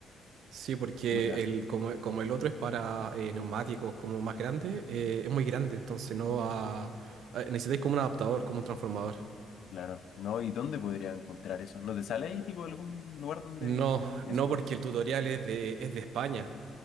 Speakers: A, on the right (about 75°); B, on the left (about 70°).
A: Sí, porque
B: Puta,
A: el, como, como el otro es para eh, neumáticos como más grande, eh, es muy grande, entonces no va... eh, Necesitáis como un adaptador, como un transformador.
B: claro. No, ¿y dónde podría encontrar eso? ¿No te sale ahí, tipo, algún lugar donde
A: No,
B: eso?
A: no porque el tutorial es de, es de España.